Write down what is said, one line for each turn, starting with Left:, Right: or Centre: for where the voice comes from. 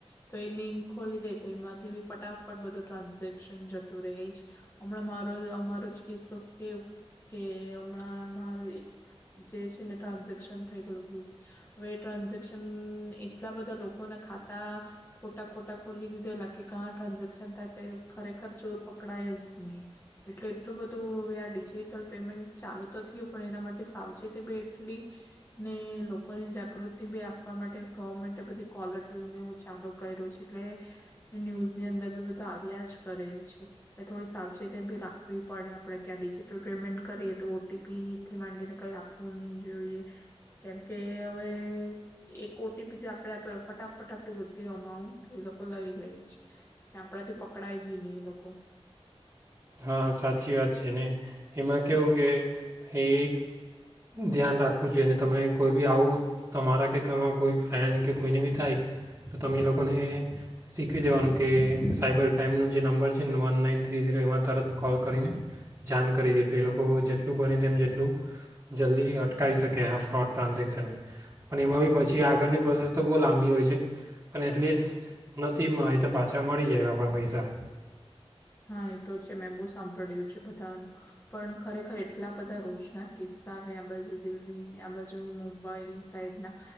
Left: તો એ લિંક ખોલી દે તો એમાંથી ફટાફટ બધું ટ્રાન્ઝેક્શન જતું ર જ હમણાં મારો અમારો જ કિસ્સો કેવ કે હમણાં મારે જે છે ને ટ્રાન્ઝેક્શન થઈ ગેલું ભૂલથી હવે ટ્રાન્જેક્શન એટલા બધા લોકોના ખા તા ખોટા ખોટા ખોલી દીધેલા કે કા ટ્રાન્ઝેક્શન થાય તે ખરેખર ચોર પકડાય જ નહી એટલે એટલું બધું હવે આ ડિજિટલ પેમેન્ટ ચાલુ તો થયું પણ એના માટે સાવચેતી બે એટલી ને લોકોની જાગૃતિ બી આપવા માટે ગવર્મેન્ટ બધી કોલર ટ્યૂન ને હું ચાલુ કર્યો છ એટલે ન્યૂઝ ની અંદર બી બધું આવ્યા જ કરે છે થોડી સાવચેતી બી રાખવી પડે આપડે ક્યાં ડિજિટલ પેમેન્ટ કરીએ તો ઓટીપી થી માંડીને કઈ આપવું ની જોઈએ. કેમકે હવે એક ઓટીપી બી જ આપડે ફટાફટ આપે તો બધી અમાઉન્ટ એ લોકો લઈ લે છે આપણાથી પકડાય બી ની એ લોકો
Right: હા સાચી વાત છે ને એમાં કેવું કે એ ધ્યાન રાખ વુ જોઈને તમને કોઈ બી આવું તમારા કે કમાં કોઈ ફ્રેન્ડ કે કોઈને બી થાય તો તમે એ લોકોને શીખવી દેવાનું કે સાયબર ક્રાઈમનો જે નંબર છે વન નાઇન થ્રી ઝીરો એમાં તરત કોલ કરીને જાણ કરી દીએ તો એ લોકો જેટલું બને તેમ જેટલું જલ્દી અટ થાય શકે આ ફ્રોડ ટ્રાન્ઝેક્શનને પણ એમાં પછી આગળની પ્રોસેસ તો બહુ લાંબી હોય છે પણ એટલીસ્ટ નસીબમાં હોય તો પાછા મળી જાય આપણા પૈસા.
Left: હા એ તો છે મેં બો સાંભળ્યું છે બધા નું પણ ખરેખર એટલા બધા રોજ ના કિસ્સા આવે આ બાજુ દિલ્હીને આ બાજુ મુંબઈની સાઈડ ના